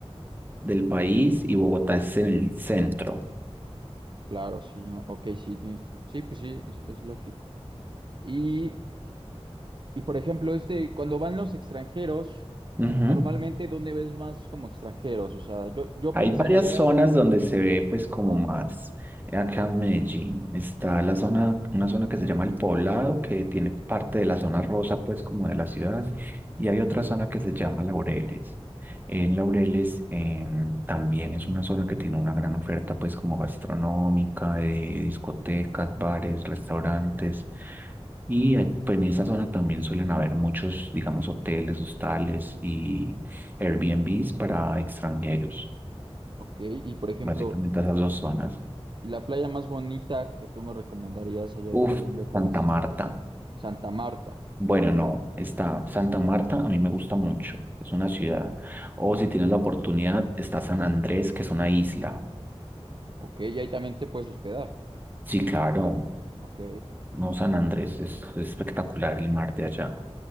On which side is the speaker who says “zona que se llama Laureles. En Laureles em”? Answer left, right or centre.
Right